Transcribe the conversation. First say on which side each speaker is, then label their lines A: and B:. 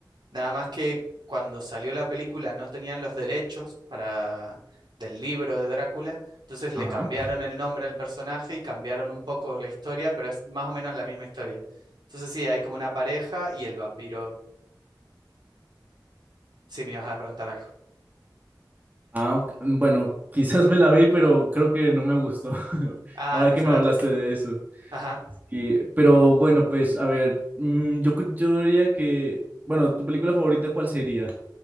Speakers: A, on the right; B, on the right.
A: Nada más que cuando salió la película no tenían los derechos para del libro de Drácula, entonces le
B: Ajá.
A: cambiaron el nombre al personaje y cambiaron un poco la historia, pero es más o menos la misma historia. Entonces sí, hay como una pareja y el vampiro. Sí, me ibas a preguntar algo.
B: Ah, ok, bueno, <laughs> quizás me la vi, pero creo que no me gustó. <laughs>
A: Ah,
B: Ahora
A: Nosferatu.
B: que me hablaste de eso.
A: Ajá.
B: Y, pero bueno, pues a ver, mm, yo, cre- yo diría que, bueno, ¿tu película favorita cuál sería?